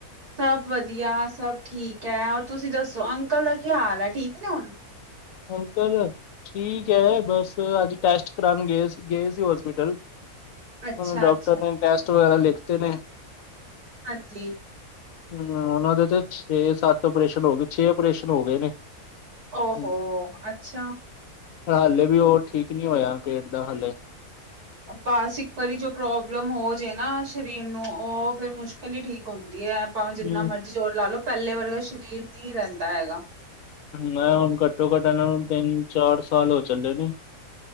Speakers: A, on the right (about 85°); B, on the left (about 70°).
A: ਸਭ ਵਧੀਆ, ਸਭ ਠੀਕ ਹੈ। ਹੋਰ ਤੁਸੀਂ ਦੱਸੋ, ਅੰਕਲ ਦਾ ਕੀ ਹਾਲ ਹੈ ਠੀਕ ਨੇ ਹੁਣ?
B: ਅੰਕਲ ਠੀਕ ਐ। ਬਸ ਅੱਜ ਟੈਸਟ ਕਰਾਣ ਗਏ, ਗਏ ਸੀ ਹੋਸਪੀਟਲ।
A: ਅੱਛਾ-ਅੱਛਾ
B: ਹੁਣ ਡਾਕਟਰ ਨੇ ਟੈਸਟ ਵਗੈਰਾ ਲਿਖਤੇ ਨੇ।
A: ਹਾਂਜੀ।
B: ਹਮ ਉਹਨਾਂ ਦੇ ਤਾਂ ਛੇ-ਸੱਤ ਓਪਰੇਸ਼ਨ ਹੋ ਗਏ, ਛੇ ਓਪਰੇਸ਼ਨ ਹੋ ਗਏ ਨੇ।
A: ਓਹੋੋ!
B: ਹਮ
A: ਅੱਛਾ।
B: ਹਾਲੇ ਵੀ ਉਹ ਠੀਕ ਨੀ ਹੋਇਆ, ਪੇਟ ਦਾ ਹਾਲੇ।
A: ਬੱਸ ਇੱਕ ਵਾਰੀ ਜੋ ਪ੍ਰੋਬਲਮ ਹੋ ਜੇ ਨਾ ਸਰੀਰ ਨੂੰ, ਉਹ ਫਿਰ ਮੁਸ਼ਕਿਲ ਈ ਠੀਕ ਹੁੰਦੀ ਐ। ਭਾਵੇਂ ਜਿਤਨਾ
B: ਹਮ
A: ਮਰਜ਼ੀ ਜ਼ੋਰ ਲਾ ਲਓ, ਪਹਿਲੇ ਵਰਗਾ ਸਰੀਰ ਨਹੀਂ ਰਹਿੰਦਾ ਹੈਗਾ।
B: ਮੈਂ ਹੁਣ ਘੱਟੋ-ਘੱਟ ਇਹਨਾਂ ਨੂੰ ਤਿੰਨ-ਚਾਰ ਸਾਲ ਹੋ ਚੱਲੇ ਨੇ